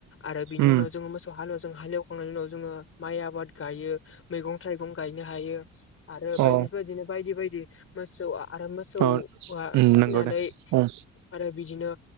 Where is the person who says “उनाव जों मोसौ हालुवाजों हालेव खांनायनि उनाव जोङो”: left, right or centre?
Left